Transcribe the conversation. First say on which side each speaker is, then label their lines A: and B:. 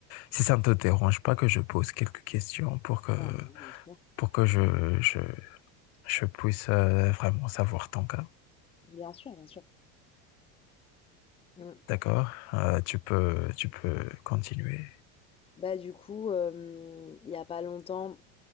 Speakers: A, on the left; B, on the left.
A: si ça ne te dérange pas que je pose quelques questions pour que
B: Non, non, bien sûr.
A: pour que je je je puisse euh, vraiment savoir ton cas.
B: Bien sûr, bien sûr. Mm.
A: D'accord? Euh, tu peux tu peux continuer.
B: Bah du coup, euh, il y a pas longtemps,